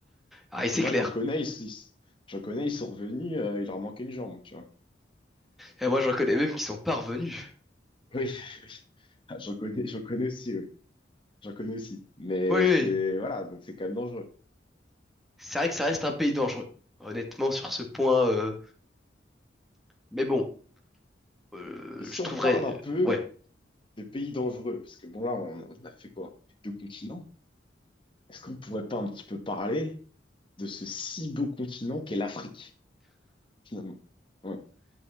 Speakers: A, in the centre; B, on the left (about 30°).
A: Ah
B: Parce
A: et c'est
B: que moi,
A: clair.
B: j'en connais, ils, ils- j'en connais, ils sont revenus, euh, il leur manquait une jambe, tu vois.
A: Et moi, j'en connais même qui sont pas revenus.
B: Oui, <laughs> oui. Ah, j'en connais, j'en connais aussi, oui. J'en connais aussi. Mais
A: Oui, oui.
B: c'est, voilà, donc c'est quand même dangereux.
A: C'est vrai que ça reste un pays dangereux. Honnêtement, sur ce point, euh, mais bon, euh,
B: Et si
A: je
B: on
A: trouverais,
B: parle un peu
A: euh, ouais.
B: de pays dangereux, parce que bon là, on, on a fait quoi? On a fait deux continents. Est-ce qu'on pourrait pas un petit peu parler de ce si beau continent qu'est l'Afrique, finalement? Ouais.